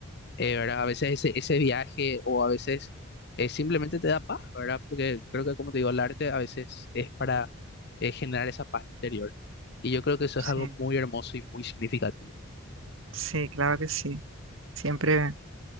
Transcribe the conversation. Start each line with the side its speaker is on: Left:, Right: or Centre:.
Left: Eh, ¿verdad? A veces ese, ese viaje o a veces eh, simplemente te da paz, ¿verdad? Porque creo que, como te digo, el arte a veces es para eh, generar esa paz interior. Y yo creo que eso
Right: Sí,
Left: es algo muy hermoso y muy significativo.
Right: sí, claro que sí. Siempre